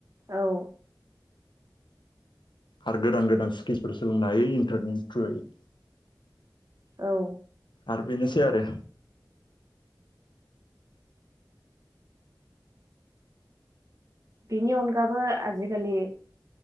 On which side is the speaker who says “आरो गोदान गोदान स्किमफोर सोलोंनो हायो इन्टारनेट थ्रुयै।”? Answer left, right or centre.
Left